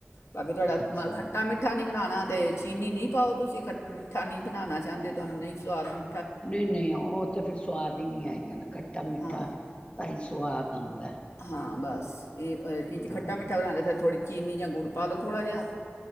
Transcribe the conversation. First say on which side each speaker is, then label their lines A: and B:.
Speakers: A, on the left; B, on the left.
A: ਬਾਕੀ ਤੁਹਾਡਾ
B: ਅੱਛਾ
A: ਮ ਖੱਟਾ ਮਿੱਠਾ ਨਹੀਂ ਬਣਾ ਤੇ ਚੀਨੀ ਨਹੀਂ ਪਾਓ ਤੁਸੀਂ ਖ ਮਿੱਠਾ ਨਹੀਂ ਬਣਾਉਣਾ ਚਾਹੁੰਦੇ ਤੁਹਾਨੂੰ ਨਹੀਂ ਸਵਾਦ ਅਨ
B: ਨਹੀਂ ਨਹੀਂ ਉਹ ਤਾਂ ਫਿਰ ਸਵਾਦ ਹੀ ਨਹੀਂ ਆਏਗਾ ਨਾ ਖੱਟਾ ਮਿੱਠਾ
A: ਹਾਂ
B: ਤਾਂ ਹੀ ਸਵਾਦ ਆਉਂਦਾ
A: ਹਾਂ ਬਸ ਇਹ ਇੰਜ਼
B: ਹਾਂ
A: ਖਟਾ ਮਿੱਠਾ ਬਣਾ ਕੇਥੋੜ੍ਹੀ ਚੀਨੀ ਜਾਂ ਗੁੜ ਪਾ ਲਓ ਥੋੜ੍ਹਾ ਜਿਹਾ